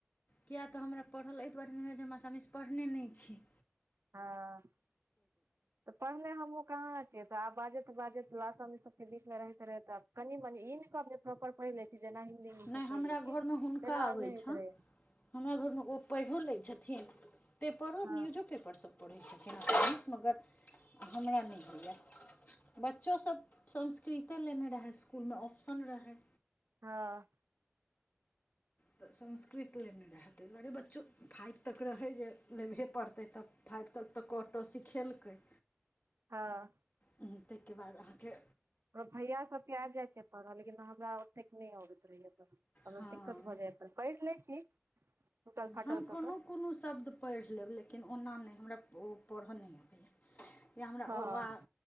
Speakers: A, on the left; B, on the right.
A: कियाक तऽ हमरा पढ़ल एहि दुआरे नहि होए जे हमरा आसामीस पढ़ने नहि छी।
B: हँ। तऽ पढ़ने हमहूँ कहाँ छियै तऽ आब बाजैत बाजैत आशामी सभके बीचमे रहैत रहैत आब कनि मनी ई नहि कहब जे प्रॉपर पढ़ लै छी जेना हिन्दींगसभ
A: नहि हमरा
B: पढ़ि लै छी
A: घरमे
B: तेना
A: हुनका अबै
B: नहि होइत
A: छनि
B: रहैया।
A: हमरा घरमे ओ पढ़ियओ लै छथिन पेपरो
B: हँ
A: न्यूजो पेपरसब पढ़ै छथिन <inaudible> मगर हमरा नहि होइया। बच्चो सब संस्कृते लेने रहै इसकुलमे ऑप्शन रहै।
B: हँ।
A: तऽ संस्कृत लेने रहै तहि दुआरे बच्चो फाइव तक रहै जे लेबहे पड़तै तब फाइव तक तऽ क ट सिखेलकै।
B: हँ।
A: हुं ताहिके बाद अहाँके
B: हमर भैया सब के आबि जाय छै परह लेकिन हमरा ओतेक नहि अबैत रहैया त हमरा
A: हँ
B: दिक्कत भऽ जाइया। पैढ़ लै छी। टूटल फाटल
A: हम
B: कऽ
A: कोनो कोनो शब्द पढ़ि लेब लेकिन ओना नहि हमरा ओ पढ़य नहि अबैया। या
B: कऽ
A: हमरा अ आ